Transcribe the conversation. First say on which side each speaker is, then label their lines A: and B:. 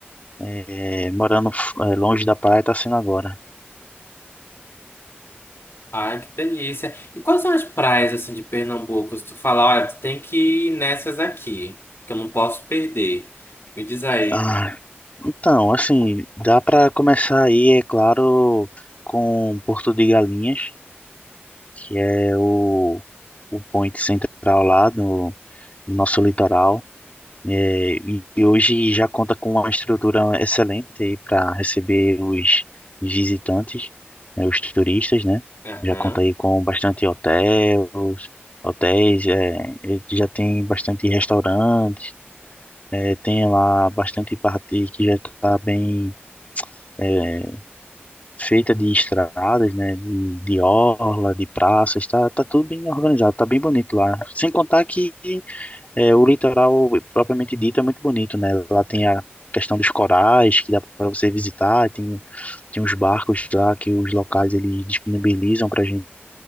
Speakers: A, on the left; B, on the left.
A: é, morando f- é, longe da praia, tá sendo agora.
B: Ai, que delícia. E quais são as praias, assim, de Pernambuco? Se tu falar, olha, tu tem que ir nessas aqui, que eu não posso perder. Me diz aí.
A: Ah, então, assim, dá para começar aí, é claro, com Porto de Galinhas. que é o, o point central lá no, no nosso litoral. É, e, e hoje já conta com uma estrutura excelente para receber os visitantes, né, os turistas, né?
B: Aham.
A: Já conta aí com bastante hotéis, hotéis, é, e já tem bastante restaurantes, é, tem lá bastante parte que já está bem é, feita de estradas, né, de, de orla, de praças, tá, tá tudo bem organizado, tá bem bonito lá. Sem contar que é, o litoral propriamente dito é muito bonito, né? Lá tem a questão dos corais que dá para você visitar, tem tem uns barcos lá que os locais eles disponibilizam para gente